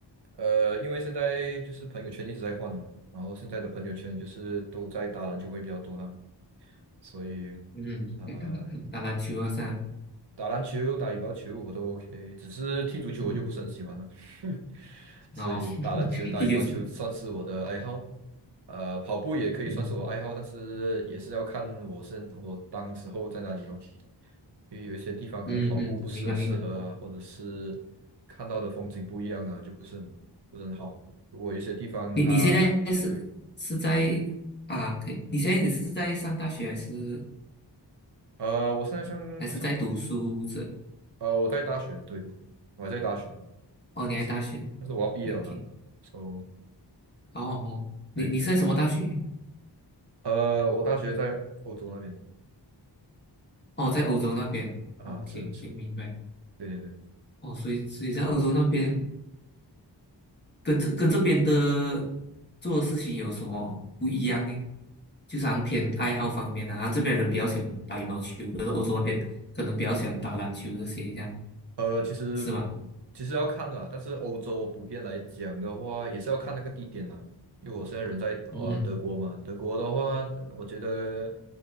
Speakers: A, on the right; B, on the left.
A: 呃，因为现在就是朋友圈一直在换嘛，然后现在的朋友圈就是都在打篮球会比较多啦，所以。
B: 嗯，
A: 呃。
B: 诶打打打篮球啊，是啊，
A: 打篮球、打羽毛球我都 OK，只是踢足球我就不是很喜欢了，
B: 嗯，
A: <laughs> 所以打篮球、
B: 哦，<laughs>
A: 打羽毛球算是我的爱好。
B: 踢球是，
A: 呃，跑步也可以算是我爱好，
B: 嗯
A: 但是也是要看我身我当时候在哪里咯，因为有一些地方可能跑步不是很适合啊，
B: 嗯嗯，明白明白。
A: 或者是看到的风景不一样啊，就不是很不是很好。如果有一些地方他跑，
B: 你你现在是是在啊？
A: 对，
B: 可以，你现在你是在上大学还是
A: 呃，我现在上上
B: 还是在读书这？
A: 呃我在大学，对，我还在大学，
B: 哦，你在大学
A: 但是但是我要毕业了啦，so。
B: ，OK k 哦哦，你你是在什么大学？
A: 对对对，呃，我大学在欧洲那边的
B: 哦，在欧洲那边，OK
A: 啊，是是，
B: OK，明白。
A: 对对对，
B: 哦，所以所以在欧洲那边。跟这跟这边的做的事情有什么不一样呢？就是好像偏爱好方面啊，然后这边人比较喜欢打羽毛球，可是欧洲那边可能比较喜欢打篮球这些，这样
A: 呃，其实
B: 是吧？
A: 其实要看啦，但是欧洲普遍来讲的话，也是要看那个地点啦，因为我现在人在呃德国嘛，
B: 嗯
A: 德国的话，我觉得